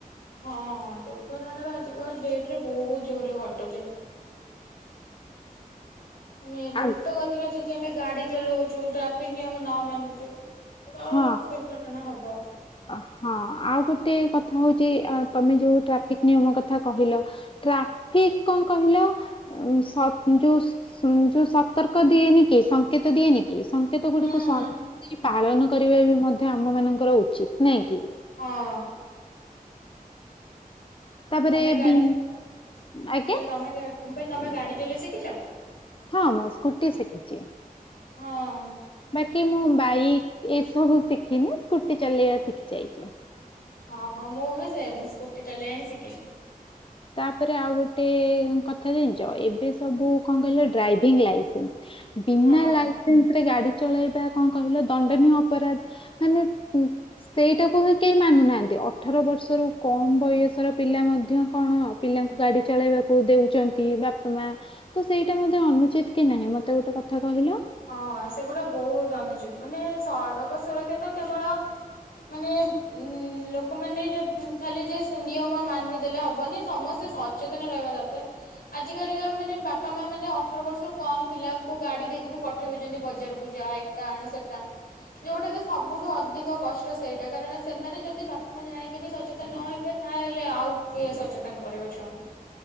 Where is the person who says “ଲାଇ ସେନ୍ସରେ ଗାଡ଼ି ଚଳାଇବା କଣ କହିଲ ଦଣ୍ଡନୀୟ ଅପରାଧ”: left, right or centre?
Left